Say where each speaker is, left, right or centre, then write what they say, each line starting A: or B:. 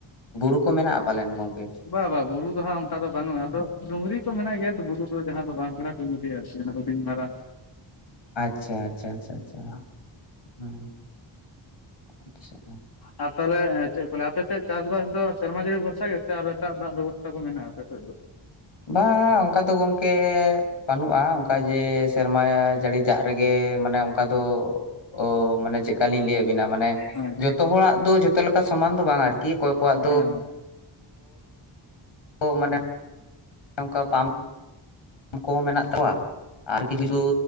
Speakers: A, on the left (about 70°); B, on the left (about 50°).
A: ᱵᱩᱨᱩ ᱠᱚ ᱢᱮᱱᱟᱜ-ᱟ ᱯᱟᱞᱮᱱ ᱜᱚᱝᱠᱮ?
B: ᱵᱟ ᱵᱟ ᱵᱩᱨᱩ ᱫᱚ ᱦᱟᱸᱜ ᱚᱱᱠᱟ ᱫᱚ ᱵᱟᱹᱱᱩᱜᱼ-ᱟ᱾ ᱟᱫᱚ ᱰᱩᱝᱨᱤ ᱠᱚ ᱢᱮᱱᱟᱜ ᱜᱤᱭᱟ᱾ ᱵᱩᱨᱩ ᱫᱚ ᱡᱟᱦᱟᱸ ᱫᱚ ᱵᱟᱝ ᱠᱟᱱᱟ ᱢᱩᱧ, <unintelligible>
A: ᱟᱪᱪᱷᱟ ᱼ ᱟᱪᱪᱷᱟ ᱪᱷᱟ ᱪᱷᱟ ᱦᱩᱸ ᱟᱪᱪᱷᱟᱦᱟᱜ
B: ᱟᱨ ᱛᱟᱦᱚᱞᱮ ᱪᱮᱫ ᱠᱚ ᱞᱟᱹᱭᱟ, ᱟᱯᱮ ᱥᱮᱫ ᱪᱟᱥᱵᱟᱥ ᱫᱚ ᱥᱮᱨᱢᱟ ᱡᱟᱹᱲᱤ ᱵᱷᱚᱨᱥᱟ ᱜᱮ ᱥᱮ ᱟᱨᱚ ᱮᱴᱟᱜ ᱫᱟᱜ ᱵᱮᱵᱚᱥᱛᱷᱟ ᱠᱚ ᱢᱮᱱᱟᱜ-ᱟ, ᱟᱯᱮ ᱥᱮᱫ ᱫᱚ᱾
A: ᱵᱟᱝ ᱚᱱᱠᱟ ᱫᱚ ᱜᱚᱝᱠᱮ ᱵᱟᱹᱱᱩᱜ-ᱟ ᱚᱱᱠᱟ ᱡᱮ ᱥᱮᱨᱢᱟ ᱡᱟᱹᱲᱤ ᱫᱟᱜ ᱨᱮᱜᱮ ᱢᱟᱱᱮ ᱚᱱᱠᱟ ᱫᱚ ᱚ ᱢᱟᱱᱮ ᱪᱮᱠᱟ ᱞᱤᱧ ᱞᱟᱹᱭ ᱟᱵᱤᱱᱟ ᱢᱟᱱᱮ
B: ᱦᱮᱸ
A: ᱡᱚᱛ ᱡᱚᱛᱚ ᱦᱚᱲᱟᱜ ᱫᱚ ᱡᱷᱚᱛᱚ ᱞᱮᱠᱟ ᱥᱚᱢᱟᱱ ᱫᱚ ᱵᱟᱝ ᱟᱨᱠᱤ ᱚᱠᱚᱭ ᱠᱚᱣᱟᱜ ᱫᱚ
B: ᱦᱮᱸ
A: <unintelligible> ᱢᱟᱱᱮ ᱚᱱᱠᱟ ᱯᱟᱢ ᱠᱚᱦᱚᱸ ᱢᱮᱱᱟᱜ ᱛᱟᱞᱟᱝ ᱟᱨ ᱠᱤᱪᱷᱩ ᱼ ᱠᱤᱪᱪᱷᱩ